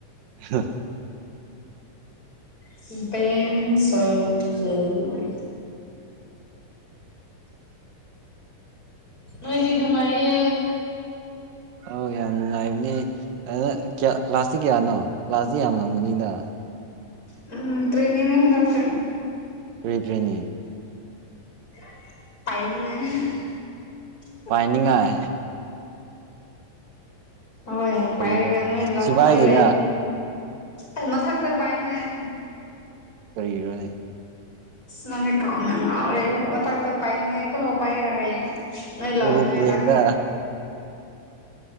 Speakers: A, on the right; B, on the left.
A: ꯍ <inaudible>
B: <unintelligible> ꯃꯥꯏꯗꯤ ꯅꯨꯡꯉꯌꯦ
A: ꯑꯧ ꯌꯥꯝ ꯅꯨꯡꯉꯥꯏꯕꯅꯤ ꯑꯗꯨꯌꯥ ꯀ꯭ꯂꯥꯁꯇꯤ ꯀꯌꯥꯅꯣ ꯀ꯭ꯂꯥꯁꯇꯤ ꯌꯥꯝ ꯂꯪꯒꯅꯤꯗ
B: ꯎꯝ ꯇ꯭ꯔꯦꯅꯤꯡꯅꯦ ꯍꯟꯗꯛꯁꯦ
A: ꯀꯗ꯭ꯔꯔꯤꯅꯤ
B: ꯄꯥꯏꯅꯤꯡꯉ
A: ꯄꯥꯏꯅꯤꯡꯉꯥꯏ
B: ꯍꯣꯏ
A: ꯀꯔꯤꯔꯥ
B: ꯄꯥꯏꯔꯒ ꯅꯣꯏ ꯂꯥꯛ
A: ꯁꯤꯐꯥꯏꯒꯤꯔ
B: ꯅꯣꯏ ꯂꯩꯅꯤ ꯑ ꯃꯊꯛꯇ ꯄꯥꯏꯅꯤꯡꯉꯥꯏ
A: ꯀꯔꯤꯔꯣꯅꯦ
B: ꯅꯪꯅꯦ ꯀꯥꯎ ꯌꯥꯝ ꯉꯥꯎꯔꯦ ꯃꯊꯥꯛꯇ ꯄꯥꯏꯅꯤꯉꯦ ꯀꯣ ꯄꯥꯏꯔꯦ ꯅꯣꯏ ꯂꯧꯅꯤꯉꯥꯏ
A: ꯑꯣꯔꯣꯄ꯭ꯂꯦꯟꯗ
B: ꯂꯥꯛꯀꯦ